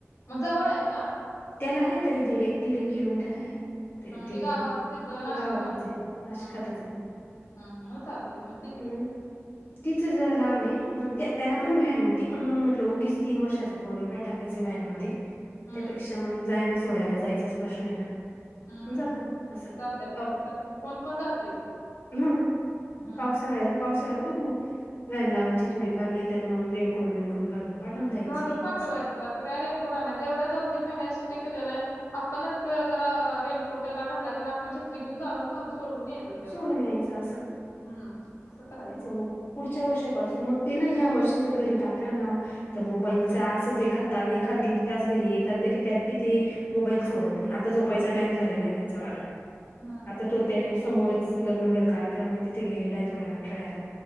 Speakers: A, on the left; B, on the left.
A: मग जवळ आहे का
B: त्याला आहे तरी दीड एक दीड एक किलोमीटर आहे तरी
A: हा म्हणजे
B: दीड
A: गावातच
B: एक
A: तथं नाशिकमध्येच
B: गावातच आहे नाशिकातच
A: हमम हम् म चालत म
B: हम् टीचर् जर ला आमे म त्याला पण व्हॅन होती पणण म्हटलं उगीच तीन वर्षाचा परगे काय टाकायच व्हॅनमध्ये
A: हम्म
B: त्यापेक्षा मग जाय ना सोडायला जायचाच प्रश्न आहे ना
A: हम्म
B: मग
A: हम्
B: जातो असं
A: जात
B: पाव
A: तर का कोण पण जात इ
B: मग
A: ह
B: पावसाळ्यात पावसाळ्यात बघू व्हॅन लावायची थोडीफार नाही तर मग रेनकोट बिनकोट घालून पाठवून द्यायचं
A: घालून पाठवायचं
B: असं.
A: आता काय रेन कुठ नाही एवढ्या दोन तीन महिन्या असं टी कशलाय आपणच जरा रेनकोट त्याला घालाय आपण छत्री घेऊन जाऊन घर सोडून यायेत त्याला
B: सोडून
A: हम्म
B: यायचं असं
A: कं करायचं
B: तेच आहे
A: <unintelligible>
B: मग पुढच्या वर्षापासून मग ते ना या वर्षीच घरी टाकलं नाव तर मोबाईलचा आसच एखाददा एखाद दीड तास घरी येतात तरी त्यात बी ते मोबाईल सोडत नाही. आता झोपायचा टाइम झालेला आहे त्याच वाला
A: हम्म
B: आता तो त्या समोरच लग्न घर कार्यक्रम आहे. तिथे गेलेला आहे. थोडा वेळ खेळायला